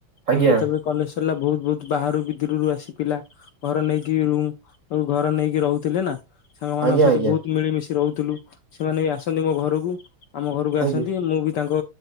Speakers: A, on the right (about 65°); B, on the left (about 75°).
A: ଆଜ୍ଞା
B: ଆଉ ଯେତେବେଳେ କଲେଜ ସରିଲା ବହୁତୁ ବହୁତୁ ବାହାରୁ ବିଦୂରରୁ ଆସି ପିଲା ଘର ନେଇକି ରୁମ ଆଉ ଘର ନେଇକି ରହୁଥିଲେ ନା ସାଙ୍ଗ ମାନଙ୍କ
A: ଆଜ୍ଞା
B: ସହିତ
A: ଆଜ୍ଞା
B: ବହୁତ ମିଳିମିଶି ରହୁଥିଲୁ ସେମାନେ ବି ଆସନ୍ତି ମୋ ଘରକୁ। ଆମ ଘରକୁ ଆସନ୍ତି
A: ଆଜ୍ଞା
B: ମୁଁ ବି ତାଙ୍କ